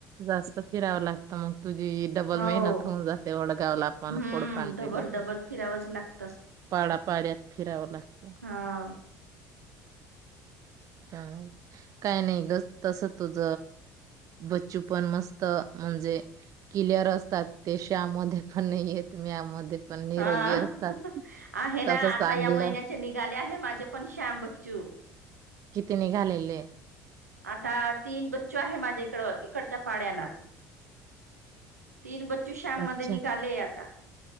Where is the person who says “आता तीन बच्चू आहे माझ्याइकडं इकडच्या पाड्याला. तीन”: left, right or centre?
Right